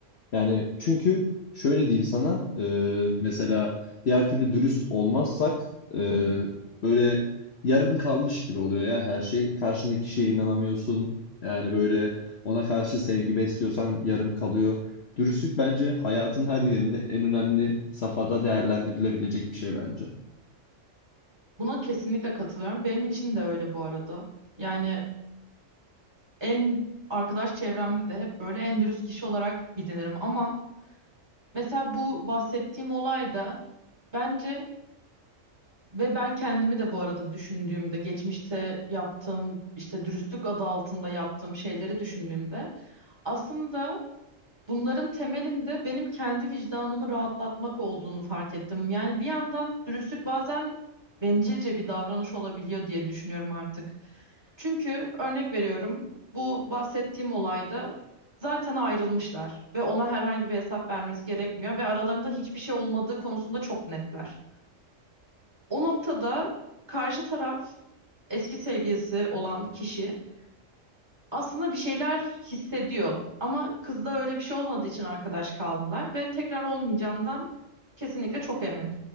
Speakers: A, on the left; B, on the right.
A: Yani çünkü şöyle diyeyim sana e, mesela diğer türlü dürüst olmazsak e, böyle yarım kalmış gibi oluyor ya her şey. Karşındaki kişiye inanamıyorsun. Yani böyle ona karşı sevgi besliyorsan yarım kalıyor. Dürüstlük bence hayatın her yerinde en önemli safhada değerlendirilebilecek bir şey bence.
B: Buna kesinlikle katılıyorum. Benim için de öyle bu arada. Yani en arkadaş çevremde de hep böyle en dürüst kişi olarak bilinirim ama Mesela bu bahsettiğim olayda bence ve ben kendimi de bu arada düşündüğümde geçmişte yaptığım işte dürüstlük adı altında yaptığım şeyleri düşündüğümde aslında Bunların temelinde benim kendi vicdanımı rahatlatmak olduğunu fark ettim. Yani bir yandan dürüstlük bazen bencilce bir davranış olabiliyor diye düşünüyorum artık. Çünkü örnek veriyorum, bu bahsettiğim olayda zaten ayrılmışlar ve ona herhangi bir hesap vermesi gerekmiyor ve aralarında hiçbir şey olmadığı konusunda çok netler. O noktada karşı taraf eski sevgilisi olan kişi aslında bir şeyler hissediyor. Ama kızda öyle bir şey olmadığı için arkadaş kaldılar ve tekrar olmayacağından kesinlikle çok emin.